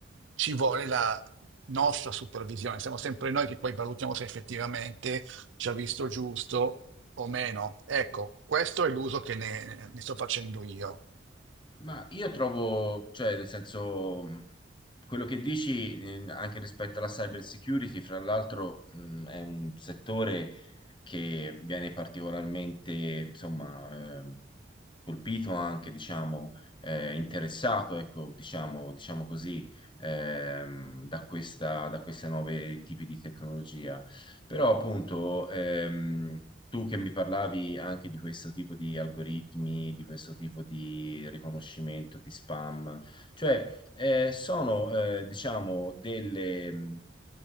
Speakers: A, on the right; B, on the left.
A: ci vuole la nostra supervisione, siamo sempre noi che poi valutiamo se effettivamente ci ha visto giusto o meno. Ecco, questo è l'uso che ne ne sto facendo io.
B: Ma io trovo, cioè, nel senso, mh, quello che dici, eh, anche rispetto alla cyber security, fra l'altro, mh, è un settore che viene particolarmente, insomma, ehm, colpito anche, diciamo, eh, interessato, ecco, diciamo, diciamo così, ehm, da questa, da queste nuove tipi di tecnologia. Però, appunto, ehm, tu che mi parlavi anche di questo tipo di algoritmi, di questo tipo di riconoscimento di spam, cioè eh, sono eh, diciamo delle,